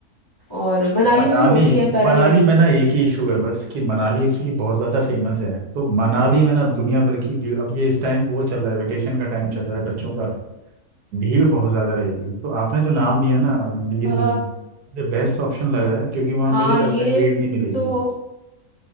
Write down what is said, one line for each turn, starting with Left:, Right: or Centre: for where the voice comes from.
Left: और मनाली
Right: मनाली
Left: में भी होती है पैराग्लाइडिंग
Right: मनाली में ना एक ही इशू है बस कि मनाली एक्चुअली बहुत ज़्यादा फेमस है तो मनाली में ना दुनिया भर की भीड़ अब ये इस टाइम वो चल रहा है वेकेशन का टाइम चल रहा है बच्चों का भीड़ बहुत ज़्यादा रहेगी तो आपने जो नाम लिया ना लीर
Left: अ
Right: विलेन मुझे बेस्ट ऑप्शन लग रहा है क्योंकि वहाँ
Left: हाँ
Right: मुझे लग
Left: ये
Right: रहा है भीड़ नहीं मिलेगी
Left: तो